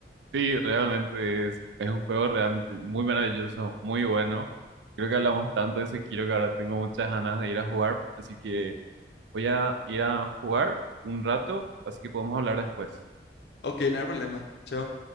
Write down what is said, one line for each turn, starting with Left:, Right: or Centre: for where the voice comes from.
Right: Sí, realmente es, es un juego realmente muy maravilloso, muy bueno. Creo que hablamos tanto de Sekiro que ahora tengo muchas ganas de ir a jugar, así que voy a ir a jugar un rato, así que podemos hablar después.
Left: Ok, no hay problema. Chao.